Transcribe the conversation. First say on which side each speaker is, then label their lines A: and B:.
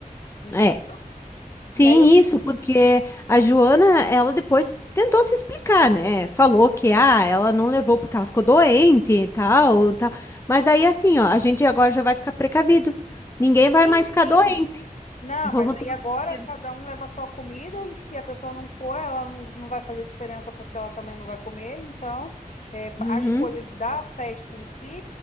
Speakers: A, on the left (about 55°); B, on the left (about 20°).
A: entendeu?
B: É. Sim,
A: E aí eu,
B: isso, porque a Joana, ela depois tentou se explicar, né? Falou que ah, ela não levou porque ela ficou doente e tal, tal. Mas aí assim, ó, a gente agora já vai ficar precavido. Ninguém
A: sim,
B: vai mais
A: sim.
B: ficar doente.
A: Não,
B: Vamos
A: mas aí
B: ter
A: agora
B: o dinheiro.
A: cada um leva a sua comida e se a pessoa não for, ela não, não vai fazer diferença porque ela também não vai comer. Então, é,
B: Uhum.
A: as coisas da festa em si,